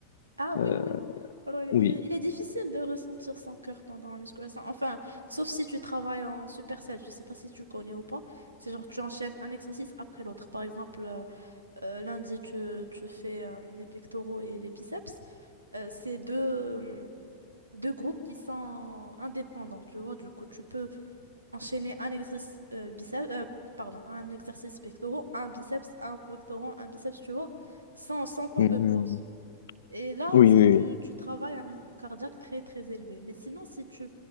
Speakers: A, on the right; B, on the left.
A: Ah oui,
B: Euh,
A: oui. Ouais,
B: oui,
A: il, il est difficile de ressentir son cœur pendant la musculation. Enfin, sauf si tu travailles en superset. Je sais pas si tu connais ou pas. C'est genre tu enchaînes un exercice après l'autre. Par exemple, euh, euh, lundi, tu, tu fais euh, les pectoraux et les biceps. Euh, c'est deux, euh, deux groupes qui sont indépendants, tu vois. Du coup, tu peux enchaîner un exercice euh, biceps, euh, pardon, un exercice pectoraux, un biceps, un pectoraux, un biceps, tu vois, sans, sans temps
B: Mhm.
A: de pause. Et là,
B: Oui,
A: s-
B: oui,
A: tu,
B: oui.
A: tu travailles à un rythme cardiaque très très élevé. Mais sinon, si tu